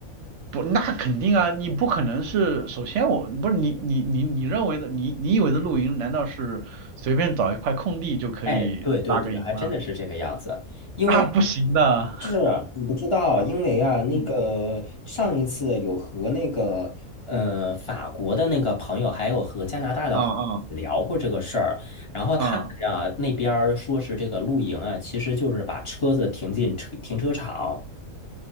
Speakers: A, on the right; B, on the left.
A: 不，那肯定啊，你不可能是，首先我不是你你你你认为的，你你以为的露营，难道是随便找一块空地就可以搭个营吗？
B: 哎，对对对，还真的是这个样子。因为
A: 那不行的，
B: 是你不知道，因为啊，那个上一次有和那个呃法国的那个朋友，
A: <laughs> 嗯
B: 还有和加拿大的朋友聊过这个事儿，
A: 啊啊
B: 然后他们啊那边儿说是这个露营啊，
A: 啊
B: 其实就是把车子停进车停车场